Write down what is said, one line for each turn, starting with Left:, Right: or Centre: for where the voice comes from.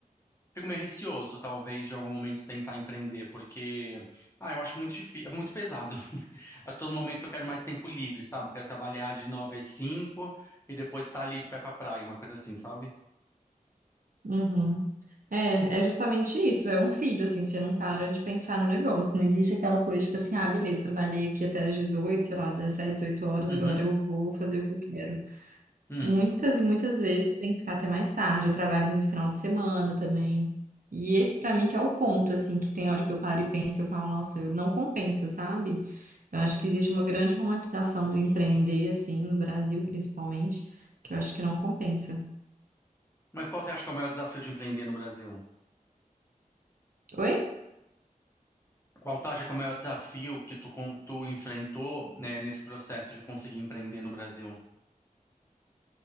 Left: fico meio receoso, talvez, de algum momento tentar empreender, porque, ah, eu acho muito difícil, é muito pesado. <laughs> Acho que todo momento que eu quero mais tempo livre, sabe? Quero trabalhar de nove às cinco e depois tá ali e vai pra praia, uma coisa assim, sabe?
Right: Uhum. É, é justamente isso, é um filho, assim, você não para de pensar no negócio, não existe aquela coisa, tipo assim, ah, beleza, trabalhei aqui até as 18, sei lá, 17 18 horas,
Left: Uhum.
Right: agora eu vou fazer o que eu quero.
Left: Hum.
Right: Muitas e muitas vezes você tem que ficar até mais tarde, eu trabalho no final de semana também, e esse pra mim que é o ponto, assim, que tem hora que eu paro e penso, eu falo, nossa, não compensa, sabe? Eu acho que existe uma grande romantização do empreender, assim, no Brasil principalmente, que eu acho que não compensa.
Left: Mas qual você acha que é o maior desafio de empreender no Brasil?
Right: Oi?
Left: Qual tu acha que é o maior desafio que tu, con- tu enfrentou, né, nesse processo de conseguir empreender no Brasil?